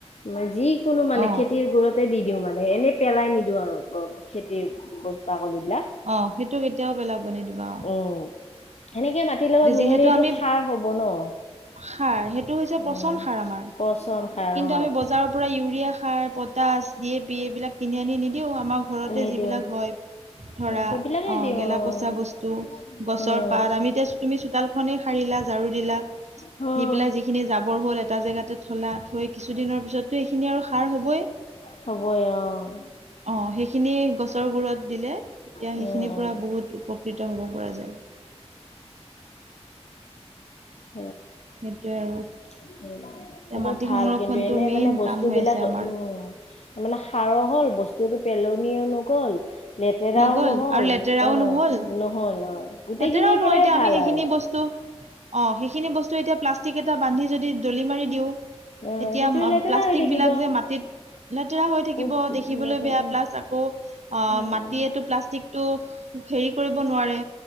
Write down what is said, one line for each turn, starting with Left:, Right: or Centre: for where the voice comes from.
Left: ম যি। কোনো মানে
Right: অ',
Left: খেতিৰ গুৰতে দি দিওঁ মানে, এনেই পেলাই নিদিওঁ আৰু খেতিৰ বাকলি। বিলাক
Right: অ সেইটো কেতিয়াও পেলাব নিদিবা অ।
Left: উম সেনেকে মাটিৰ লগত
Right: যে
Left: মিহলি
Right: যিহেতু
Left: সেইটো
Right: আমি
Left: সাৰ হব ন।
Right: সাৰ সেইটো হৈছে পচন
Left: উম
Right: সাৰ আমাৰ
Left: পচন সাৰ
Right: কিন্তু
Left: অ
Right: আমি বজাৰৰ পৰা ইউৰিয়া সাৰ প তচ দিয়ে পিয় এইবিলাক কিনি আনি নিদিও আমাৰ ঘৰতে
Left: নিদিওঁ
Right: যিবিলাক হয় ধৰা
Left: সেইবিলাকে
Right: অ'
Left: দিওঁ
Right: গেলা
Left: অ
Right: পচা বস্তু গছৰ
Left: উম
Right: পাত আমি এতিয়া তুমি চোতাল খনেই সাৰিলা ঝাৰু দিলা,
Left: অ'।
Right: দি পেলাই যিখিনি জাবৰ হল এটা জেগাতে থলা। থৈ কিছুদিনৰ পিছততো এইখিনি আৰু সাৰ হ'বই।
Left: চবৰে অ',
Right: অ' সেইখিনি গছ তৰ গুৰত দিলে এতিয়া
Left: উম,
Right: সেইখিনিৰ পৰা বহুত উপকৃত হ'ব পৰা যায়।
Left: আ <inaudible>
Right: সেইটোৱে আৰু
Left: <inaudible>
Right: এতিয়া
Left: সেইটো
Right: মাটি
Left: ভাল
Right: সংৰক্ষণটো
Left: কিন্তু এনে
Right: মেইন
Left: মানে বস্তুবিলাক
Right: কাম হৈ আছে আমাৰ
Left: উম মানে সাৰো হ'ল বস্তুতটো পেলো নিয় নগল। লেতেৰাও
Right: নগল
Left: নহ'ল
Right: আৰু লেতেৰাও
Left: অ'
Right: নহল
Left: নহল অ' গোটেইখিনিৰ
Right: লেতেৰাও নহয়
Left: পৰাই
Right: এতিয়া আমি
Left: ভাল
Right: সেইখিনি
Left: আৰু
Right: বস্তু অ' সেইখিনি বস্তু এতিয়া প্লাষ্টিক এটা বান্ধি যদি দলি মাৰি দিওঁ
Left: অ',
Right: এতিয়া
Left: সেইটোৱে লেতেৰা
Right: প্লাষ্টিক
Left: হৈ থাকিব।
Right: বিলাক যে মাটিত লেতেৰা হৈ থাকিব
Left: ক'ত
Right: দেখিবলৈ
Left: লেতেৰা
Right: বেয়া প্লাছ আকৌ অ'
Left: উম,
Right: মাত গতিটো প্লাষ্টিকটো হেৰি কৰিব নোৱাৰে